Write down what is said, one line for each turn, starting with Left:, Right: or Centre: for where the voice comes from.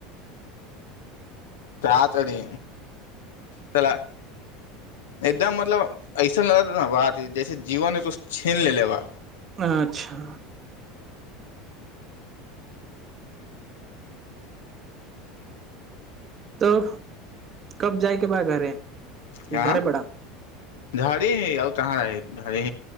Left: ता तरी सला एकदम मतलब ऐसन ल रह बात जैसे जीवन ह तो छीन लेले बा
Right: अच्छा तऽ कब जायके बा घरे कि
Left: का
Right: घरे पड़ा
Left: घरी हीं औ तहां रही भर